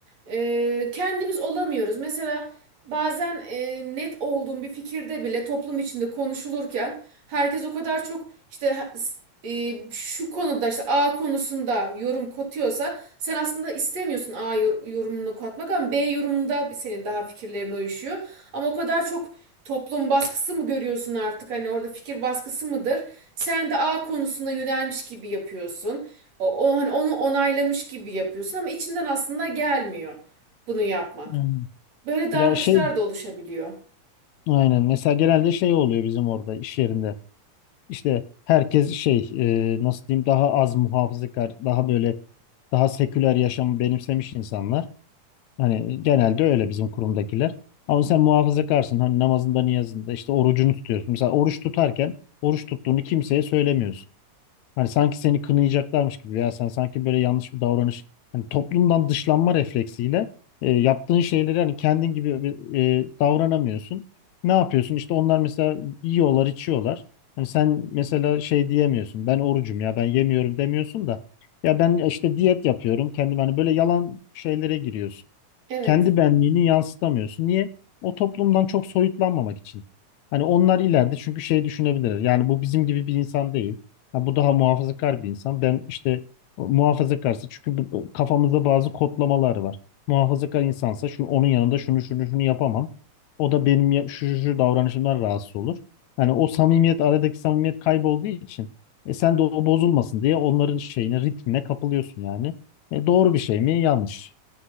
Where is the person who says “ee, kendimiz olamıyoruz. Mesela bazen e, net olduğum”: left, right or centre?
Right